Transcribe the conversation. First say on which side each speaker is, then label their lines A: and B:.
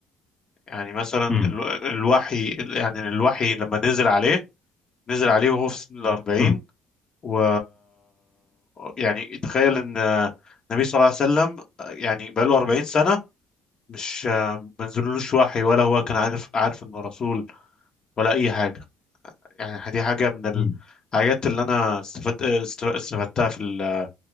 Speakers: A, on the left; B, on the left.
A: يعني مثلا
B: امم
A: ال... الوحي يعني الوحي لما نزل عليه نزل عليه وهو في سن الأربعين
B: امم
A: و يعني تخيل ان النبي صلى الله عليه وسلم يعني بقى له 40 سنة مش ما نزلوش وحي ولا هو كان عارف عارف انه رسول ولا اي حاجة يعني دي حاجة من
B: امم
A: الحاجات اللي انا استفدت است- استفدتها في ال-